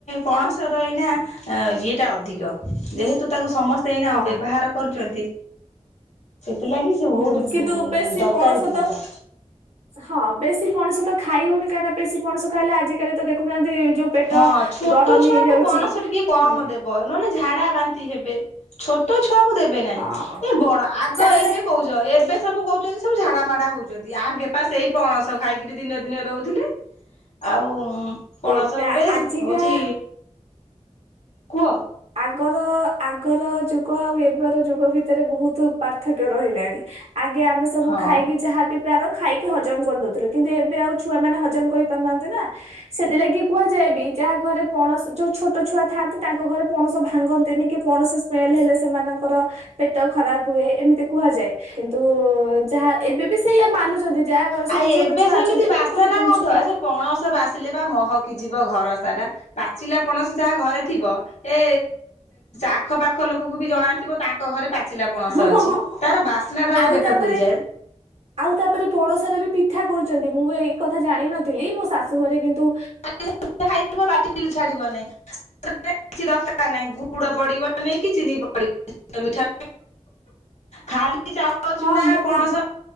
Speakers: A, on the left (about 70°); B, on the right (about 65°).
A: ପଣସ ର ଏଇନା ଇଏଟା ଅଧିକ। ଯେହେତୁ ତାକୁ ସମସ୍ତେ ଏଇନା
B: ହଁ
A: ବ୍ୟବହାର କରୁଛନ୍ତି? ସେଥିଲାଗି ସେ
B: ହୁଁ
A: ବହୁତ
B: କିନ୍ତୁ ବେଶୀ
A: ଦରକାରୀ
B: ପଣସ
A: ଜିନିଷ।
B: ତ ହଁ ବେଶୀ ପଣସ ତ ଖାଇ ହଉନି କାହିଁକିନା ବେଶୀ ପଣସ ଖାଇଲେ ଆଜିକାଲି ତ ଦେଖୁନ୍ତି ଯୋଉ ପେଟ
A: ହଁ ଛୋଟ
B: ଗରମ
A: ଛୁଆଙ୍କୁ
B: ହେଇଯାଉଛି
A: ପଣସ ଟିକେ କମ
B: ହୁଁ
A: ଦେବ। ନହେଲେ ଝାଡା ବାନ୍ତି ହେବେ, ଛୋଟ ଛୁଆଙ୍କୁ ଦେବେ ନାହିଁ,
B: ହଁ
A: ଏ ବଡ ଆଗ
B: ତାପରେ
A: ଏବେ କହୁଛି ଏବେ ସବୁ କହୁଛନ୍ତି ସବୁ ଝାଡାମଡା ହଉଛନ୍ତି, ଆଗେ ପା ସେଇ ପଣସ ଖାଇକିରି ଦିନ ଦିନ ରହୁଥିଲେ, ଆଉ
B: ଏବେ
A: ତୁ ଗୋଟେ
B: ଆଜିକା
A: ହଉଛି କୁହ?
B: ଆଗର ଆଗର ଯୁଗ ଆଉ ଏବେର ଯୁଗ ଭିତରେ ବହୁତ ପାର୍ଥକ୍ୟ ରହିଲାଣି। ଆଗେ ଆମେ ସବୁ
A: ହଁ
B: ଖାଇକି ଯାହା ବିି ପାର ଖାଇକି ହଜମ କରିଦଉଥିଲୁ କିନ୍ତୁ ଏବେ ଆଉ ଛୁଆମାନେେ ହଜମ କରି କରିପାରୁନାହାନ୍ତି ନା, ସେଥିଲାଗି କୁହାଯାଏ ବି ଯାହା ଘରେ ପଣ ଯୋଉ ଛୋଟ ଛୁଆ ଥାଆନ୍ତି ତାଙ୍କ ଘରେ ପଣସ ଭାଙ୍ଗନ୍ତିନି କି, ପଣସ ସ୍ମେଲ ହେଲେ ସେମାନଙ୍କର ପେଟ ଖରାପ ହୁଏ, ଏମିତି କୁହାଯାଏ କିନ୍ତୁ ଯାହା ଏବେ ବି ସେଇଆ ମାନୁଛନ୍ତି। ଯାହା ଘରେ
A: ଆଉ
B: ସବୁ ଛୋଟ
A: ଏବେ
B: ଛୁଆ
A: ସେମିତି
B: ଅଛନ୍ତି, ମାନ
A: ବାସେନା
B: କୁନି କୁନି
A: ଗନ୍ଧ
B: ଛୁଆ
A: ସେ ପଣସ ବାସିଲେ ବା ମହକି ଯିବ ଘର ସାରା। ପାଚିଲା ପଣସ ଯାହା ଘରେ ଥିବ ଏ ଆଖ ପାାଖ ଲୋକକୁ ବି ଜଣା ଥିବ ତା ତାଙ୍କ ଘରେ ପାଚିଲା ପଣସ
B: ହଁ
A: ଅଛି,
B: ହଁ ହଁ।
A: ତାର ବାସ୍ନା ଟାରେ
B: ଆଉ
A: ପେଟ
B: ତାପରେ
A: ପୁରିଯାଏ।
B: ଆଉ ତାପରେ ପଣସର ବି ପିଠା କରୁଛନ୍ତି, ମୁଁ ଏଇ କଥା ଜାଣିନଥିଲି ମୋ ଶାଶୁ ଘରେ କିନ୍ତୁ
A: ଯିଏ ପିଠା ହେଇଥିବ ପାଟିରୁ ଛାଡିବନି। କିଛି ଦରକାର ନାହିଁ ଗୁଡ଼ ପଡ଼ିବ ନାହିଁ କି ଚିନି ପଡ଼ିବନି, ମିଠା ଖାଲି ଚାଉଳ
B: ହଁ
A: ଚୁନା,
B: ମୁଁ
A: ପଣସ
B: ପୂର୍ବ